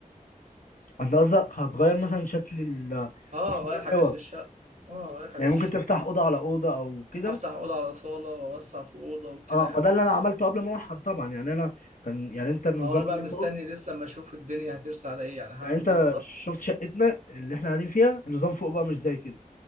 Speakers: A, on the left; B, on the right.
A: انت قصدك هتغير مثلا شكل ال-
B: اه
A: تصميم
B: غير
A: الاوض
B: حاجات في الشقة اه غير حاجات
A: يعني
B: في
A: ممكن
B: الشقة
A: تفتح اوضه على اوضه او كده
B: افتح اوضة على صالة واوسع في اوضة وكده
A: اه
B: يعني
A: ما ده اللي انا
B: مش-
A: عملته قبل ما احر طبعا يعني انا كان يعني انت النظام
B: ما هو انا بقى
A: اللي
B: مستني
A: فوق
B: لسه اما اشوف الدنيا هترسى على ايه يعني هعمل
A: يعني انت
B: ايه بالظبط
A: شفت شقتنا اللي احنا قاعدين فيها النظام فوق بقى مش زي كده